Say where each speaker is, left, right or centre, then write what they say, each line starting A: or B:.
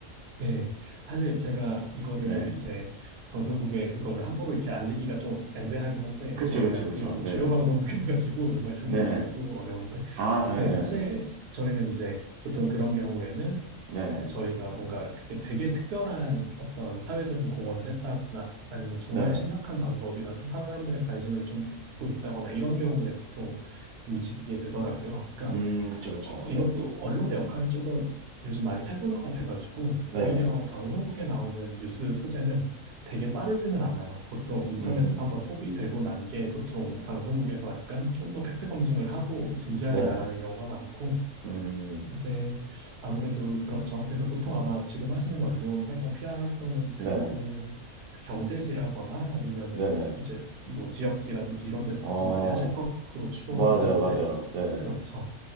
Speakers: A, on the right; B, on the right.
A: 네, 사실 제가 이거를
B: 네.
A: 이제 방송국에 그거를 함부로 이렇게 알리기가 좀 애매하긴 한데
B: 그쵸,
A: 저희가
B: 그쵸, 그쵸.
A: 그래도
B: 네네.
A: 주요 방송국이라 가지고 <laughs> 말씀드리기가
B: 네네.
A: 조금 어려운데
B: 아, 당연히
A: 네,
B: 네네네.
A: 사실 저희는 이제 보통 그런 경우에는
B: 네네.
A: 이제 저희가 뭔가 그게 되게 특별한 어떤 사회적인 공헌을 했다거나 아니면 정말
B: 네네.
A: 신박한 방법이라서 사회 사람들의 관심을 좀 받고 있다거나 이런 경우에 보통 움직이게 되더라고요. 그러니까
B: 음, 그쵸, 그쵸.
A: 어, 이것도
B: 네네.
A: 언론의 역할이 조금 요즘 많이 세분화가 돼가지고
B: 네네.
A: 오히려 방송국에 나오는 뉴스 소재는 되게 빠르지는 않아요. 보통 인터넷에서
B: 음,
A: 한번 소비되고 난 게 보통 방송국에서 약간 좀 더 팩트 검증을 하고 진지하게
B: 네네.
A: 나가는 경우가 많고
B: 음,
A: 이제 아무래도 그렇죠. 그래서 보통 아마 지금 하시는 언론 활동, PR 활동은
B: 네네.
A: 대부분 그 경제지라거나 아니면은
B: 네네.
A: 이제 뭐 지역지라든지 이런 데서
B: 어,
A: 보통 많이 하실 것으로 추론은
B: 맞아요,
A: 하는데
B: 맞아요. 네네.
A: 그렇죠.